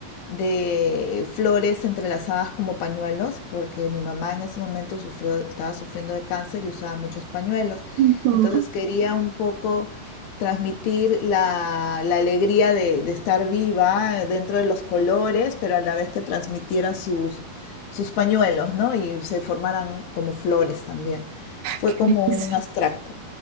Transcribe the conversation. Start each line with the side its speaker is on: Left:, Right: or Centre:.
Left: de flores entrelazadas como pañuelos, porque mi mamá en ese momento sufrió, estaba sufriendo de cáncer y usaba muchos pañuelos.
Right: Ujú.
Left: Entonces quería un poco transmitir la, la alegría de, de, estar viva dentro de los colores, pero a la vez te transmitiera sus, sus pañuelos, ¿no? Y se formaran como flores también. Fue
Right: ¿Qué
Left: como
Right: es?
Left: un abstracto.